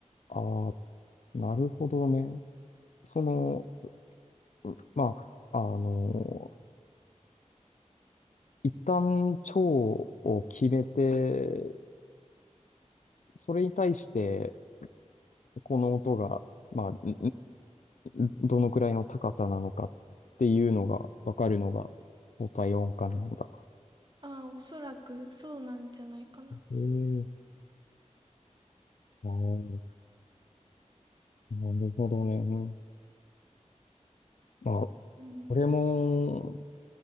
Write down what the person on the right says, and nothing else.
ああ、おそらくそうなんじゃないかな。
うん。